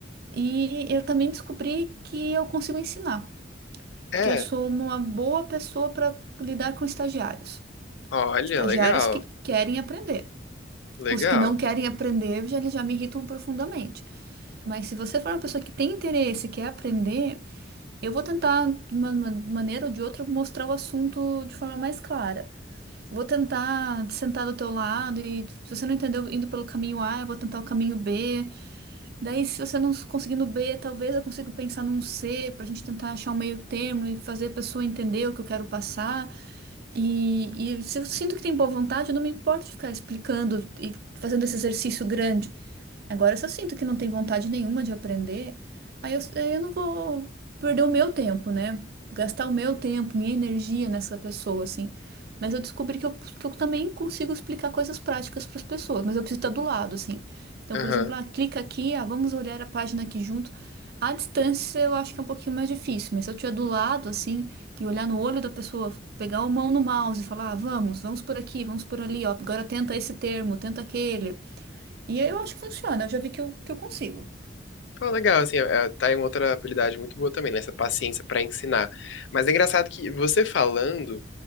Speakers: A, on the right; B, on the left.
A: E eu também descobri que eu consigo ensinar,
B: É,
A: que eu sou uma boa pessoa para lidar com estagiários.
B: olha,
A: Estagiários
B: legal,
A: que querem aprender.
B: legal.
A: Os que não querem aprender, já, eles já me irritam profundamente. Mas se você for uma pessoa que tem interesse, quer aprender, eu vou tentar, de uma uma maneira ou de outra, mostrar o assunto de forma mais clara. Vou tentar sentar do teu lado e se você não entendeu indo pelo caminho A, eu vou tentar o caminho B. Daí, se você não conseguir no B, talvez eu consiga pensar num C pra gente tentar achar um meio termo e fazer a pessoa entender o que eu quero passar. E, e se eu sinto que tem boa vontade, eu não me importo de ficar explicando e fazendo esse exercício grande. Agora, se eu sinto que não tem vontade nenhuma de aprender, aí eu, aí eu não vou perder o meu tempo, né? Gastar o meu tempo, minha energia nessa pessoa, assim. Mas eu descobri que eu, que eu também consigo explicar coisas práticas para as pessoas, mas eu preciso estar do lado, assim. Então,
B: Aham.
A: por exemplo, ah, clica aqui, ah, vamos olhar a página aqui junto. À distância, eu acho que é um pouquinho mais difícil, mas se eu estiver do lado, assim, e olhar no olho da pessoa, pegar a mão no mouse e falar, ah, vamos, vamos por aqui, vamos por ali, ó, agora tenta esse termo, tenta aquele. E eu acho que funciona, eu já vi que eu, que eu consigo.
B: Pô, legal, assim, é, tá aí uma outra habilidade muito boa também, né? Essa paciência pra ensinar. Mas é engraçado que você falando,